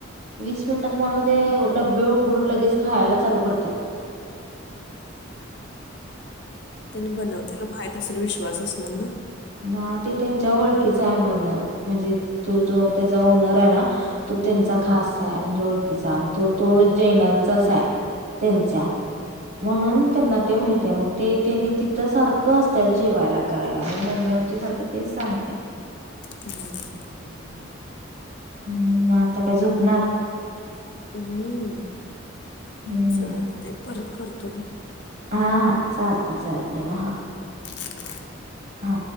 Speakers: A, on the right; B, on the left.
A: वीस मिनिटात म्हणजे ते डब्बे उघडून लगेच खायला चालू करत्यात
B: त्यांनी बनव त्याला माहित असल विश्वास असणार ना?
A: ना ते त्यांच्या वळ कीचय म्हण म्हणजे तो जो त्याचा ओनर हाय ना तो त्यांचा
B: हम्म
A: खास हाय म्हणजे ओळ सांगतो तो जैनांचाच हाय. त्यांच्या,
B: हम्म हम्म
A: म्हणून त्यांना ते माहित्या ते तिनी तिथं सारखं आसत्यात जेवायला करायला मग मम्मी आमची सारखं तेच सांगत्या
B: हम्म, हम्म, हम्म, हम्म.
A: हम्म, म आता काय झोपणार
B: हम्म,
A: हम्म
B: चालतय परत करतो घे.
A: हा हा चालतय चालतय म हा
B: <inaudible>
A: हा